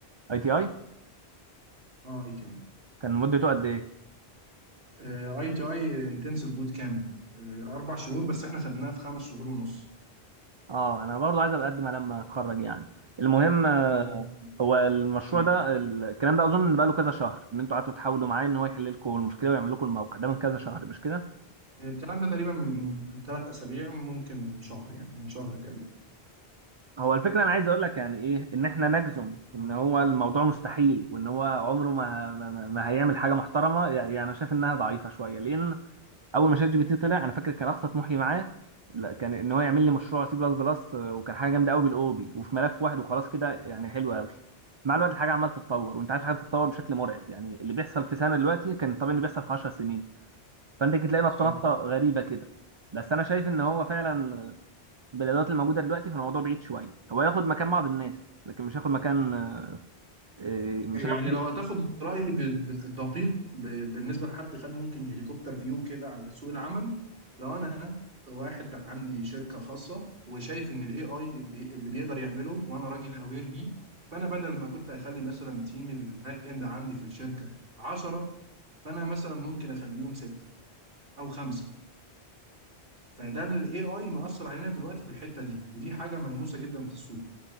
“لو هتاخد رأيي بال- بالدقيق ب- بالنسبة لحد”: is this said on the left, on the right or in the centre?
Right